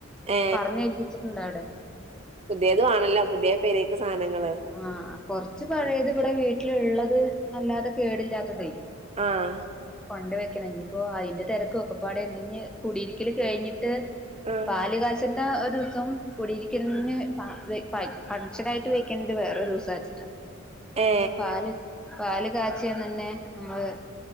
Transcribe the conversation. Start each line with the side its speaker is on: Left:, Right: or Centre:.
Right: ഏ
Centre: പറഞ്ഞേൽപ്പിച്ചിട്ട്ണ്ട് അവ്ടെ
Right: പുത്യത് വാണല്ലോ പുത്യേ പെരേക്ക് സാനങ്ങള്.
Centre: ആഹ് കൊറച്ച് പഴേത് ഇവിടെ വീട്ട്ലിള്ളത് വല്ലാതെ കേടില്ലാത്തതേയ്
Right: ആഹ്
Centre: കൊണ്ട് വെക്കണം ഇഞ്പ്പോ അയ്ന്റെ തെരക്കും ഒക്കെപ്പാടെഞ് ഇഞ്ഞ് കുടിയിരിക്കല് കയ്ഞ്ഞിട്ട്
Right: ആഹ്
Centre: പാല് കാച്ചൽൻ്റ ഒരൂസം കുടീര്ക്കന്ന് ഫ ഫായ് ഫംങ്ഷനായിട്ട് വെയ്ക്കണ്ട് വേറൊരൂസം ആച് ട്ട
Right: ഏ
Centre: പാല് പാല് കാച്ചിയന്നന്നേ നമ്മള്